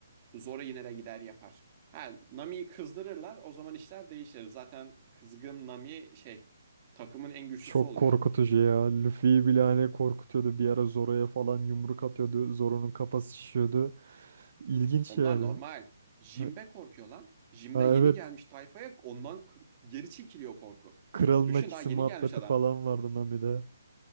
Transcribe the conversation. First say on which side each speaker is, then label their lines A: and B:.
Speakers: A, on the right (about 30°); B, on the right (about 60°).
A: Zora yine de gider yapar. Ha Nami'yi kızdırırlar o zaman işler değişir. Zaten kızgın Nami şey takımın en güçlüsü
B: Çok
A: oluyor.
B: korkutucu ya. Luffy'yi bile hani korkutuyordu. Bir ara Zoro'ya falan yumruk atıyordu. Zoro'nun kafası şişiyordu. İlginç
A: Onlar
B: yani.
A: normal. Jimbe
B: Ha,
A: korkuyor lan. Jimbe
B: ha,
A: yeni
B: evet.
A: gelmiş tayfaya ondan k- geri çekiliyor korkup.
B: Kralın
A: Düşün
B: Akisi
A: daha yeni
B: muhabbeti
A: gelmiş adam.
B: falan vardı Nami'de.